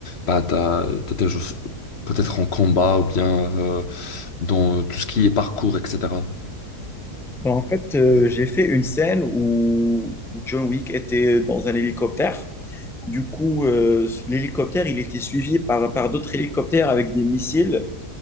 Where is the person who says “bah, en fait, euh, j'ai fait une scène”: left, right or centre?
Centre